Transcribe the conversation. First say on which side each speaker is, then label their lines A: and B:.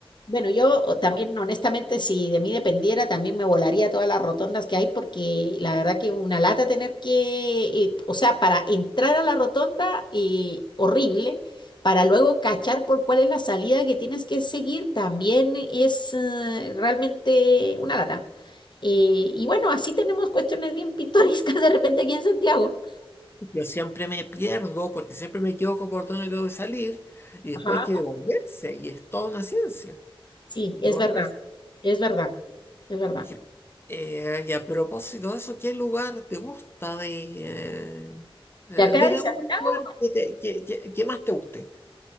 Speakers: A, on the left; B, on the left.
A: Bueno, yo o- también, honestamente, si de mí dependiera, también me volaría todas las rotondas que hay, porque la verdad que una lata tener que, eh, o sea, para entrar a la rotonda, y horrible, para luego cachar por cuál es la salida que tienes que seguir, también es eh, realmente una lata. Eh, y bueno, así tenemos cuestiones bien <laughs> pintorescas de repente aquí en Santiago.
B: Yo siempre me pierdo porque siempre me equivoco por dónde tengo que salir y después
A: Ajá.
B: hay que devolverse y es toda una ciencia
A: Sí,
B: devolverse.
A: es verdad, es verdad, es verdad.
B: Dije, eh, y a propósito de eso, ¿qué lugar te gusta de... eh, eh,
A: De acá
B: dime
A: de Santiago.
B: un lugar que, te- que, que- que más te guste.